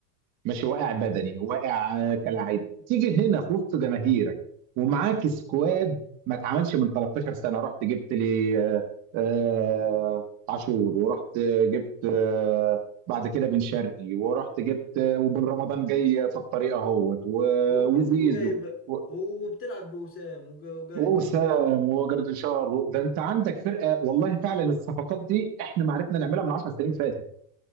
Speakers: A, on the right; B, on the left.
A: ماشي واقع بدني واقع آه، كلاعب تيجي هنا في وسط جماهيرك ومعاك سكواد ما اتعملش من 13 سنه رحت جبت لي آه، آه، عاشور ورحت جبت آه، بعد كده بن شرقي ورحت جبت آه، وبن رمضان جاي في الطريق اهوت و-
B: وج-
A: وزيزو
B: وجايب
A: و-
B: وبتلعب بوسام وج- وجاري
A: ووسام
B: ديشار
A: وجردشار و- ده انت عندك فرقه والله فعلا الصفقات دي احنا ما عرفنا نعملها من 10 سنين فاتت